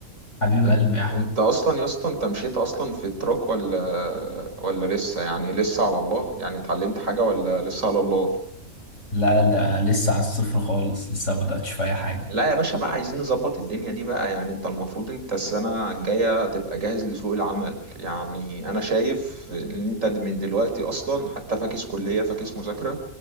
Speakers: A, on the left; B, on the right.
A: حبيب
B: ان-
A: قلبي يا احمد
B: انت اصلا يا اسطى انت مشيت اصلا في التراك ولا ولا لسه يعني لسه على الله يعني اتعلمت حاجة ولا لسه على الله
A: لا ده لسه على الصفر خالص لسه ما بداتش في اي حاجه
B: لا يا باشا بقى عايزين نظبط الدنيا دي بقى يعني انت المفروض انت السنة الجاية تبقى جاهز لسوق العمل يعني انا شايف ان انت من دلوقتي اصلا حتى فاكس كلية فاكس مذاكرة